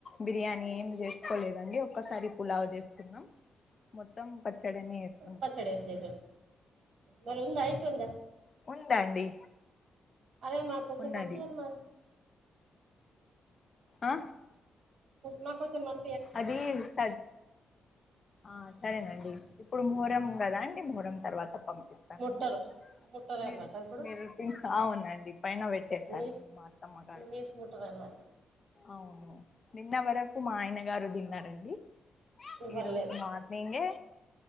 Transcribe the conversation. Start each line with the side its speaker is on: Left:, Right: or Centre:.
Left: బిర్యానీ ఏం చేసుకోలేదండి ఒక్కసారి పులావ చేసుకున్నాం మొత్తం పచ్చడనే ఎస్
Right: పచ్చడే సిర్రు మరి ఉంద అయిపోఇంద
Left: ఉందండి
Right: అరే మా కొంచం
Left: ఉన్నది
Right: పంపియండి మర్
Left: ఆ
Right: మా కొంచెం పం
Left: అది స ఆ సరేనండి ఇప్పుడు మూర్ ం కదా అండి మెహరం తర్వాత పంపిస్తానండి
Right: ముట్టరు ముట్టరు
Left: మీర్
Right: అన్నట్ట ఇప్పుడు
Left: మీరు అవును పైన పెట్టేశారండి
Right: నీస్
Left: మా అత్తమ్మ గారు
Right: నీస్ ముట్టరు అన్నట్టు
Left: అవును నిన్న వరకు మా ఆయన గారు తిన్నారండి
Right: ఇవ్వర్లేద్
Left: ఈ రోజు మార్నింగే